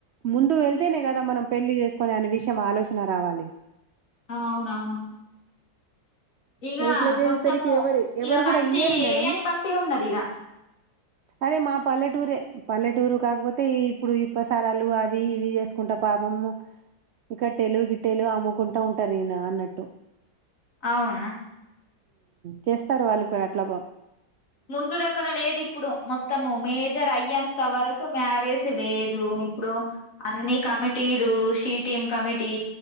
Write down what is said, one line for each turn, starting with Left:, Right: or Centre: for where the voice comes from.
Right: ముందు వెళ్తేనే కదా మనం పెళ్లి చేసుకోవలె అనే విషయం ఆలోచన రావాలి
Left: ఆ అవునవును ఇగ
Right: మరి ఇట్లా చేసేసరికి
Left: కొంచము
Right: ఎవరు ఎవరు
Left: ఇక
Right: కూడా
Left: మంచి
Right: ఇయ్యరు మేడం
Left: ఏరియాని బట్టి ఉన్నది ఇగ
Right: అదే మా పల్లెటూరే పల్లెటూరు కాకపోతే ఇప్పుడు ఈ ప్రసారాలు అవి ఇవి చేసుకుంటా ప పాపము ఇక టెలుగు గిట్టెలు అమ్ముకుంటా ఉంటారు ఈన అన్నట్టు
Left: అవున
Right: చేస్తారు వాళ్ళు కూడ ఎట్లాగొ
Left: ముందులెక్కన లేద్ ఇప్పుడు మొత్తము మేజర్ అయ్యేంత వరకు మ్యారేజ్ లేదు ఇప్పుడు అన్ని కమి టీలు షీటిమ్ కమిటీ